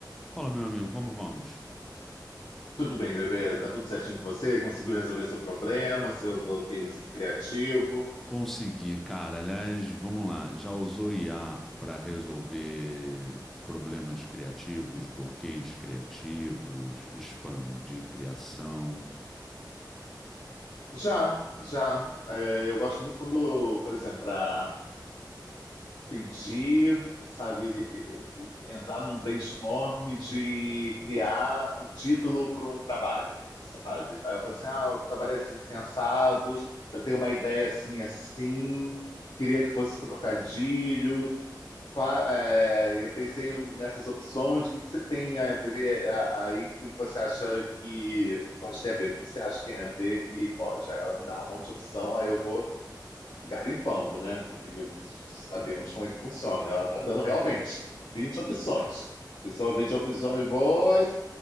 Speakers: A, in the centre; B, on the left.
A: Fala, meu amigo, como vamos?
B: Tudo bem, bebê? Tá tudo certinho com você? Conseguiu resolver seu problema, seu bloqueiozinho criativo?
A: Consegui, cara. Aliás, vamos lá. Já usou IA para resolver problemas criativos, bloqueios criativos, expandir criação?
B: Já, já. É, eu gosto muito quando, por exemplo, para pedir, sabe, entrar num brainstorm de criar o título para um trabalho, sabe? Aí eu falo assim, ah, o trabalho é assim, assim, assado, eu tenho uma ideia assim, assim, queria que fosse trocadilho, Qua- é, eu pensei nessas opções, o que que você tem a ver a- aí que você acha que pode ter a ver? O que que você acha que tem a ver que, bom, já ela me dá um monte de opção, aí eu vou garimpando, né? Porque sabemos como é que funciona. Ela tá dando realmente vinte opções. Se são 20 opções boas,